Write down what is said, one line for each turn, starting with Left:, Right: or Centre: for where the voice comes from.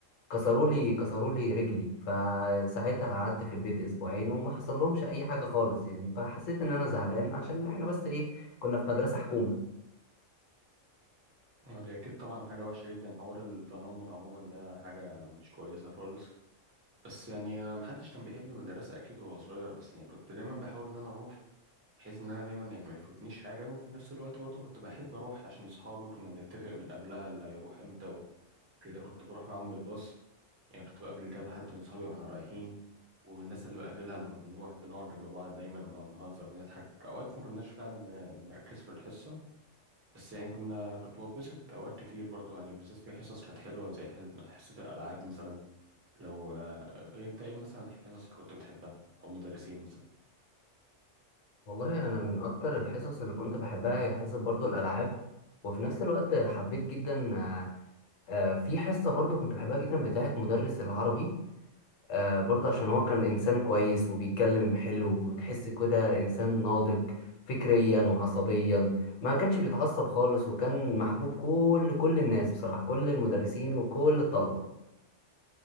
Left: كسروا لي كسروا لي رجلي فساعتها قعدت في البيت اسبوعين وما حصل لهمش اي حاجه خالص يعني فحسيت ان انا زعلان عشان احنا بس ايه كنا في مدرسه حكومه
Right: ودي أكيد طبعا حاجة وحشة جدا حوار التنمر عموما ده حاجة مش كويسة خالص بس يعني أنا محدش كان بيحب المدرسة أكيد وهو صغير بس يعني كنت دايما بحاول إن أنا أروح بحيث إن أنا دايما يعني ما يفوتنيش حاجة وفي نفس الوقت برضه كنت بحب أروح عشان صحابي وكنا بنتفق من قبلها اللي هيروح إمتى وكده كنت بروح معاهم بالباص يعني كنت بقابل كذا حد من صحابي واحنا رايحين والناس اللي بقابلها لما بنروح بنقعد جنب بعض دايما ونقعد نهزر ونضحك اوقات ما كناش فعلا بن- بنركز في الحصه بس يعني كنا كنت بتبسط اوقات كتير برضو يعني بالذات في حصص كانت حلوه زي حص- حصه الالعاب مثلا لو آه، انت ايه مثلا الحصص اللي كنت بتحبها او مدرسين مثلا
Left: والله انا من اكتر الحصص اللي كنت بحبها هي حصه برضو الالعاب وفي نفس الوقت حبيت جدا آه، آه، في حصه برضو كنت بحبها جدا بتاعه مدرس العربي آه برضه عشان هو كان إنسان كويس وبيتكلم حلو وتحس كده إنسان ناضج فكريا وعصبيا ما كانش بيتعصب خالص وكان محبوب كل كل الناس بصراحة كل المدرسين وكل الطلبة